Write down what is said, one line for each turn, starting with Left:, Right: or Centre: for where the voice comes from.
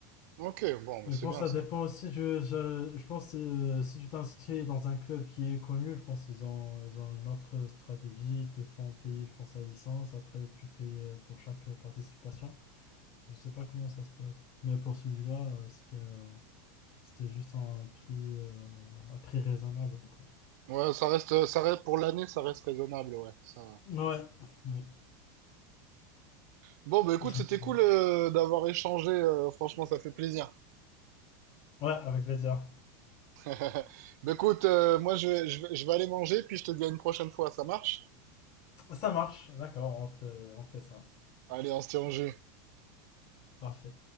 Right: Ok, bon, mais
Left: Mais
Right: c'est
Left: je pense
Right: bien
Left: que
Right: ça.
Left: ça dépend aussi. Je, je, je pense que euh, si tu t'inscris dans un club qui est connu, je pense qu'ils ont, ils ont une autre stratégie. Ils te font payer, je pense, la licence. Après, tu payes euh, pour chaque participation. Je sais pas comment ça se passe. Mais pour celui-là, euh, c'était euh, c'était juste un prix, euh, un prix raisonnable, quoi.
Right: Ouais, ça reste, ça reste, pour l'année, ça reste raisonnable, ouais, ça va.
Left: Ouais, oui,
Right: Bon, bah écoute, c'était
Left: ouais.
Right: cool euh, d'avoir échangé, euh, franchement, ça fait plaisir.
Left: Ouais, avec plaisir.
Right: <laughs> Bah écoute, euh, moi je vais, je vais, je vais aller manger, puis je te dis à une prochaine fois, ça marche?
Left: Ça marche, d'accord, on fait, on fait ça.
Right: Allez, on se tient au jeu.
Left: Parfait.